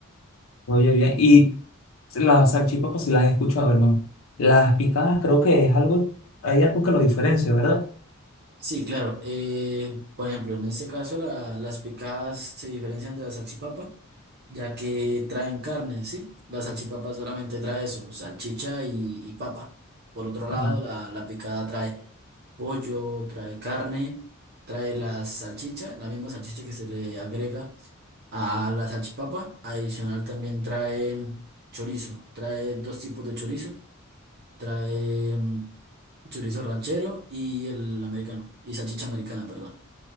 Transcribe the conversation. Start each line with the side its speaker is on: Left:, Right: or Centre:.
Left: Oye, bien. Y las salchipas, pues sí las he escuchado, hermano. Las picadas creo que es algo, hay algo que lo diferencia, ¿verdad?
Right: Sí, claro. eh, por ejemplo, en este caso la- las picadas se diferencian de la salchipapa, ya que traen carne, ¿sí? La salchipapa solamente trae eso, salchicha y, y papa. Por otro
Left: Ah,
Right: lado, la, la picada trae pollo, trae carne, trae la salchicha, la misma salchicha que se le agrega a la salchipapa. Adicional también trae chorizo, trae dos tipos de chorizo, trae mm, chorizo ranchero y el americano, y salchicha americana, perdón.